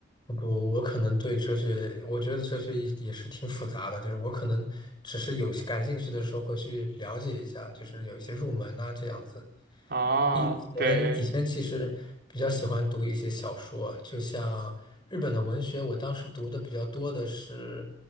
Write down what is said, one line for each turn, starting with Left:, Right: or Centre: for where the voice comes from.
Left: 不，我可能对哲学，我觉得哲学也也是挺复杂的，就是我可能只是有感兴趣的时候会去了解一下，就是有一些入门啊这样子。
Right: 啊，
Left: 以前以前其实比较喜欢读一些小说，
Right: 对对对，
Left: 就像日本的文学，我当时读的比较多的是